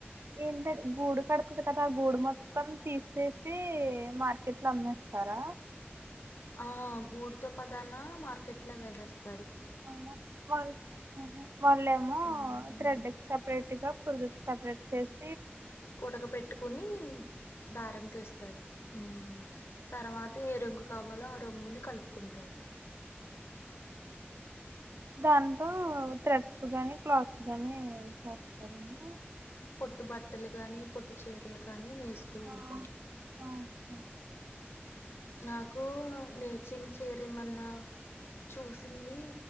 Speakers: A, on the right (about 70°); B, on the left (about 70°).
A: ఏంటం గూడు కడ్తది కదా గూడు మొత్తం తీసేసి మార్కెట్ లో అమ్మేస్తారా?
B: ఆ గూడుతో పదానా మార్కెట్ లో వేసేస్తా
A: అమ్మో వాల్ హ్మ్ వాలేమ్మో
B: మ్మ్
A: థ్రెడ్కి సపరేట్గా పురుగుకి సప్ ప్రేడ్ చేస్
B: ఉడక పెట్టుకుని దారం తీస్తారు హ్మ్ తర్వాత ఏ రంగు కావాలో ఆ రంగుని కలుపుకుంటారు.
A: దాంతో థ్రెడ్స్ గానీ, క్లాత్స్ గాని, చేస్తారండి
B: పొట్టు బట్టలు కాగాని పొట్టు చీరలు కాని నేను స్త ఉంటారు
A: ఆ ఓకే
B: నాకు నేర్చిన చేరేమన్నా చూసింది